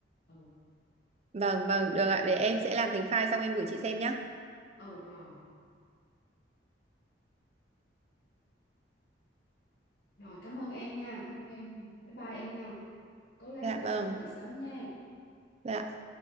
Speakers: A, on the left; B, on the right.
A: ừ
B: vâng vâng được ạ để em sẽ làm thành file xong em gửi chị xem nhé
A: ừ rồi rồi cảm ơn em nha cảm ơn em bye bye em nha Cố gắng
B: dạ
A: gửi file
B: vâng
A: cho chị sớm nha.
B: dạ